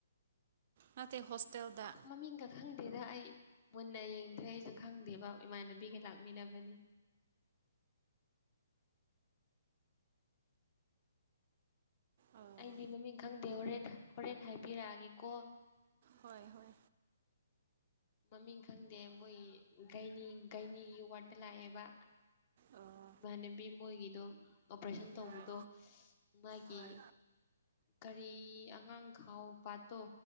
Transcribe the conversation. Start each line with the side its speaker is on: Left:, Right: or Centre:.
Right: ꯅꯠꯇꯦ ꯍꯣꯁꯇꯦꯜꯗ
Left: ꯑꯥ ꯃꯃꯤꯡꯒ ꯈꯪꯗꯦꯗ ꯑꯩ ꯃꯨꯟꯅ ꯌꯦꯡꯗ꯭ꯔꯦ ꯑꯩꯖꯨ ꯈꯪꯗꯦꯕ ꯏꯃꯥꯟꯅꯕꯤꯒ ꯂꯥꯛꯃꯤꯟꯅꯕꯅꯤ꯫
Right: ꯑꯣ
Left: ꯑꯩꯗꯤ ꯃꯃꯤꯡ ꯈꯪꯗꯦ ꯍꯣꯔꯦꯟ ꯍꯣꯔꯦꯟ ꯍꯥꯏꯕꯤꯔꯛꯑꯒꯦꯀꯣ꯫
Right: ꯍꯣꯏ ꯍꯣꯏ
Left: ꯃꯃꯤꯡ ꯈꯪꯗꯦ ꯃꯣꯏꯒꯤ ꯒꯩꯅꯤ ꯒꯩꯅꯤꯒꯤ ꯋꯥꯔꯠꯇ ꯂꯥꯛꯑꯦꯕ꯫
Right: ꯑꯣ
Left: ꯏꯃꯥꯟꯅꯕꯤ ꯃꯣꯏꯒꯤꯗꯣ ꯑꯣꯄ꯭ꯔꯦꯁꯟ ꯇꯧꯕꯗꯣ
Right: ꯍꯣꯏ
Left: ꯃꯥꯒꯤ
Right: ꯍꯣꯏ
Left: ꯀꯔꯤ ꯑꯉꯥꯡꯈꯥꯎ ꯄꯥꯠꯇꯣ